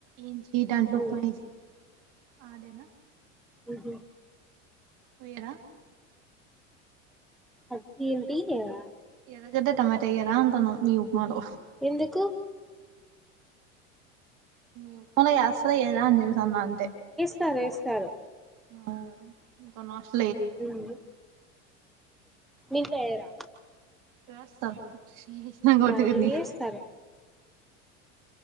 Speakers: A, on the right (about 55°); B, in the centre.
A: ఏం జె ఈ దాంట్లో
B: ఉమ్
A: ఉప్మా చే ఆదే నా
B: మ్ హ్
A: వేరా
B: అట్ ఏంటి ఆ
A: ఎర్రగద్ద టమాటా ఎయ్యరా అంటాంన్న మీ ఉప్మాలో
B: ఎందుకు
A: ఉప్మా అసలే <unintelligible> నంతే
B: స్తారు ఏస్తారు.
A: ఆ ఇంకా నాష్
B: మీ ఇంట్ల చేయరా
A: చేస్తరు మ్
B: అది ఏస్తారు